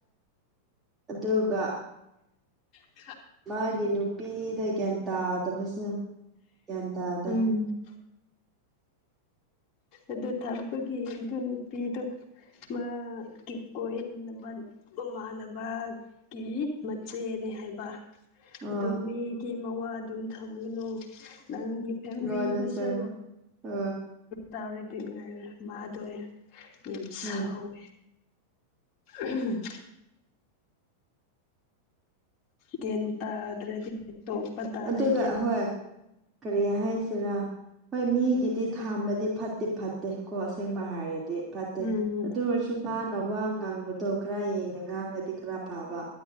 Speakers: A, on the right; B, on the left.
A: ꯑꯗꯨꯒ
B: ꯑꯣ
A: ꯃꯥꯒꯤ ꯅꯨꯄꯤꯗ ꯒ꯭ꯌꯥꯟ ꯇꯥꯗꯕꯁꯦ ꯒ꯭ꯌꯥꯟ ꯇꯥꯗꯦ
B: ꯎꯝ ꯑꯗꯨ ꯊꯥꯛꯄꯒꯤ ꯑꯗꯨ ꯅꯨꯄꯤꯗꯨ ꯃꯥꯒꯤ ꯀꯣꯏꯅꯕ ꯃꯃꯥꯟꯅꯕ ꯀꯤ ꯃꯆꯦꯅꯦ ꯍꯥꯏꯕ
A: ꯑ
B: ꯑꯗꯨ ꯃꯤꯒꯤ ꯃꯋꯥ ꯑꯗꯨꯝ ꯊꯝꯒꯅꯨ ꯅꯪꯒꯤ ꯐꯦꯝꯃꯤꯂꯤꯗꯁꯨ
A: ꯂꯣꯟꯅ ꯆꯪ ꯑ
B: ꯇꯧꯔꯦꯗꯤ ꯉꯥꯏꯔꯦ ꯃꯥꯗꯣꯏ ꯁꯥꯎ
A: ꯎꯝ
B: ꯎꯝ ꯒꯌꯦꯟ ꯇꯥꯗꯔꯗꯤ ꯇꯣꯛꯄ ꯇꯥꯔꯦ
A: ꯑꯗꯨꯒ
B: ꯒꯌꯟ
A: ꯍꯣꯏ ꯀꯔꯤ ꯍꯥꯏꯁꯤꯔꯥ ꯍꯣꯏ ꯃꯤꯒꯤꯗꯤ ꯊꯥꯝꯕꯗꯤ ꯐꯠꯇꯦ ꯐꯠꯇꯦ ꯀꯣ ꯑꯁꯦꯡꯕ ꯍꯥꯏꯔꯗꯤ ꯐꯠꯇꯦ
B: ꯎꯝ
A: ꯑꯗꯨ ꯑꯣꯏꯁꯨꯄꯥꯟ ꯋꯥ ꯉꯥꯡꯕꯗꯣ ꯈꯔ ꯌꯦꯡꯉꯦ ꯉꯥꯡꯉꯗꯤ ꯈꯔ ꯐꯕ